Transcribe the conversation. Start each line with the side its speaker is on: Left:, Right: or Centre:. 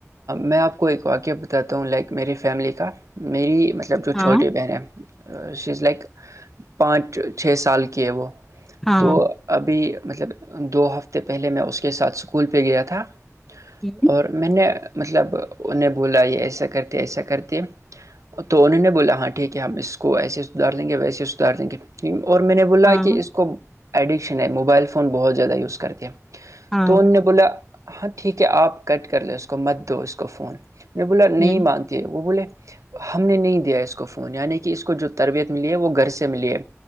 Right: میں آپ کو ایک واقعہ بتاتا ہوں لائک میری فیملی کا میری مطلب جو
Centre: ہاں
Right: چھوٹی بہنیں چیز لائک پانچ چھ سال کی ہے وہ
Centre: ہاں
Right: تو ابھی مطلب دو ہفتے پہلے میں اس اس کے ساتھ اسکول پہ گیا تھا
Centre: ہوں،
Right: اور میں نے مطلب انہیں بولا یہ ایسے کرتے ایسا کرتے تو انہوں نے بولا ہاں ٹھیک ہے ہم اس کو ایسے سدھار دیں گے ویسے سدھار دیں گے اور میں نے بولا
Centre: ہاں
Right: کہ اس کو ایڈکشن ہے موبائل فون بہت زیادہ یوز کرتے ہیں
Centre: ہاں
Right: تونے بلا ہاں ٹھیک ہے آپ کٹ کر لیں اس کو مت دو اس کو فون نہیں بولا نہیں
Centre: ہ
Right: مانتی ہے وہ بولے ہم نے نہیں دیا اس کو فون یعنی کہ اس کو جو تربیت ملی ہے وہ گھر سے ملی ہے